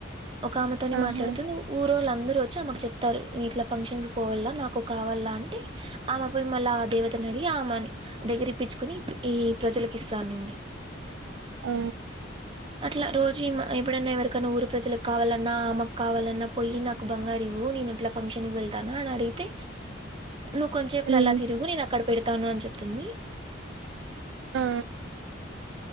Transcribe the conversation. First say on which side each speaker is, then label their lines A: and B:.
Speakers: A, on the right; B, on the right.
A: ఒక ఆమెతోనే
B: ఆహా
A: మాట్లాడుతుంది ఊరోోలా అందరు వచ్చి ఆమకు చెప్తారు నీట్లా ఫంక్షన్స్ పోవ నాకు ఒక కావాల అంటే ఆమె పోయి మళ్ళా ఆ దేవతని అడి ఆ అమని ఆ దగ్గర ప్పించుకుని ఈ ప్రజలకు కసాది
B: ఆ
A: అట్లా రోజు ఎప్పుడైనా ఎవరికైనా ఊరు అట్లా అట్లారోజు ఇమె ఎప్పుడైనా ఎవరికైనా ఊరు ప్రజలలకు కావాలన్నా ఆమెకు కావాలన్నా పోయి నాకు బంగారు ఇవ్వు నేను అట్లా ఫంక్షన్కిి వెళ్తానా అని అడిగితే నువ్ కొంచంేపులలా
B: ఉమ్
A: తిరుగు నేను అక్కడ పెడతానుని చెప్పి <inaudible>
B: ఆ